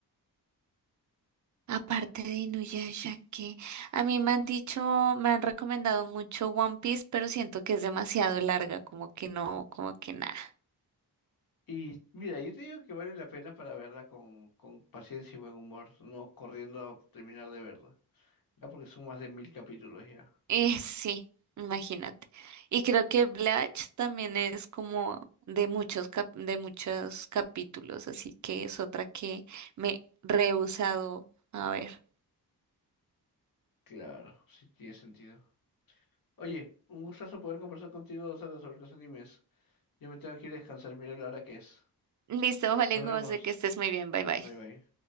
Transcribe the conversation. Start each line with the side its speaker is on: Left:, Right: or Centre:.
Right: aparte de Inuyasha, que a mí me han dicho, me han recomendado mucho One Piece, pero siento que es demasiado larga, como que no, como que nada.
Left: Y mira, yo te digo que vale la pena para verla con, con paciencia y buen humor, no corriendo a terminar de verla. Ya porque son más de mil capítulos ya.
Right: Eh, sí, imagínate. Y creo que Blatch también es como de muchos cap- de muchos capítulos, así que es otra que me he rehusado a ver.
Left: Claro, sí tiene sentido. Oye, un gustazo poder conversar contigo dos horas sobre los animes. Ya me tengo que ir a descansar, mira la hora que es.
Right: Listo, vale,
Left: Nos vemos.
Right: José, que estés muy bien. Bye bye.
Left: Bye bye.